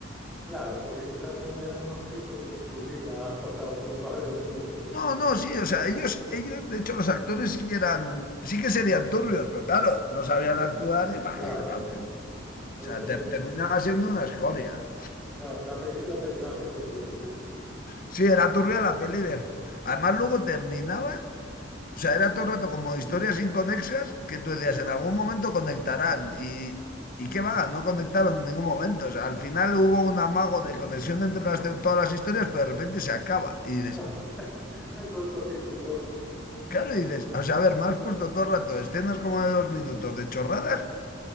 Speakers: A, in the centre; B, on the left (about 50°).
A: Claro, porque quizás son, eran unos pijos que en su vida han pasado por un barrio turbio.
B: No, no, sí, o sea, ellos, ellos, de hecho, los actores sí que eran, sí que serían turbios, pero claro, no sabían actuar y
A: <laughs>
B: bah,
A: Claro.
B: era un- o
A: Entonces,
B: sea, te-
A: le-
B: terminaba siendo una escoria.
A: claro, la película terminaba siendo turbia.
B: Sí, era turbia la peli de... Además, luego terminaba, o sea, era todo el rato como historias inconexas que tú decías, en algún momento conectarán y... ¿Y qué va? No conectaron en ningún momento. O sea, al final hubo un amago de conexión entre las, todas las historias, pero de repente se acaba. Y dices,
A: <laughs> Cortocircuitó.
B: Claro, y dices, o sea, a ver, me has puesto todo el rato escenas como de dos minutos de chorradas